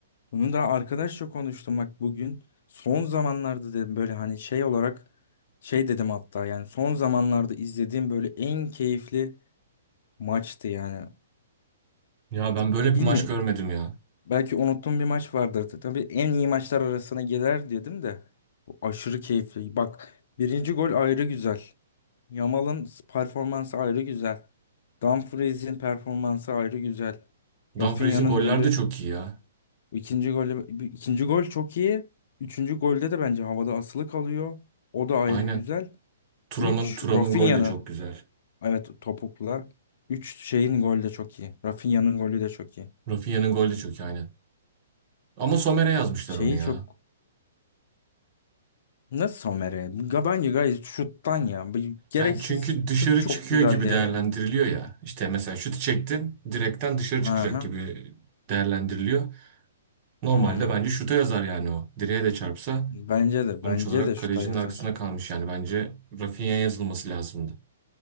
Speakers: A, on the left; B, on the right.
A: Bunu da arkadaşla konuştum bak bugün. Son zamanlarda dedim böyle hani şey olarak şey dedim hatta yani son zamanlarda izlediğim böyle en keyifli maçtı yani.
B: Ya ben böyle
A: Bilmiyorum
B: bir maç görmedim ya.
A: Belki unuttuğum bir maç vardır. Tabii en iyi maçlar arasına girer dedim de. Bu aşırı keyifli. Bak birinci gol ayrı güzel. Yamal'ın performansı ayrı güzel. Dumfries'in performansı ayrı güzel.
B: Dumfries'in
A: Rafinha'nın
B: goller
A: golü.
B: de çok iyi ya.
A: ikinci golü, ikinci gol çok iyi. Üçüncü golde de bence havada asılı kalıyor. O da ayrı
B: Aynen.
A: güzel.
B: Thuram'ın
A: Üç
B: Thuram'ın
A: Rafinha'nın.
B: golü de çok güzel.
A: Evet topukla. Üç şeyin golü de çok iyi. Rafinha'nın golü de çok iyi.
B: Rafinha'nın golü de çok iyi aynen. Ama Sommer'e yazmışlar
A: Şeyi
B: onu ya.
A: çok Nasıl somere? Ga- Bence gayet şuttan ya. Bu Gereksiz.
B: Yani çünkü dışarı
A: Şut çok
B: çıkıyor
A: güzeldi
B: gibi değerlendiriliyor
A: ya.
B: ya. İşte mesela şutu çektin, direkten dışarı
A: Aha.
B: çıkacak gibi değerlendiriliyor. Normalde
A: Hmm.
B: bence şuta yazar yani o. Direğe de çarpsa
A: Bence de.
B: Sonuç
A: Bence
B: olarak
A: de şuta
B: kalecinin
A: yazar.
B: arkasında kalmış yani. Bence Rafinha'ya yazılması lazımdı.